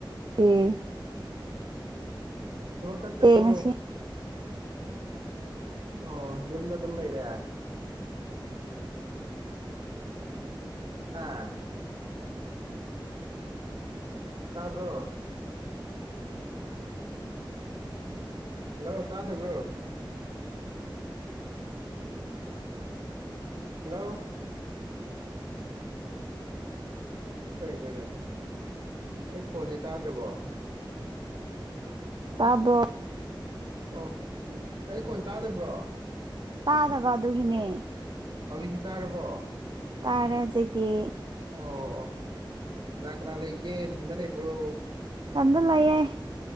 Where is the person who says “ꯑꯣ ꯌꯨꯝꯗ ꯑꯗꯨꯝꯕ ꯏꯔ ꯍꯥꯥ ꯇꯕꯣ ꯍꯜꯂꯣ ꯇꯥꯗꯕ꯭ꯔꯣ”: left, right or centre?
Right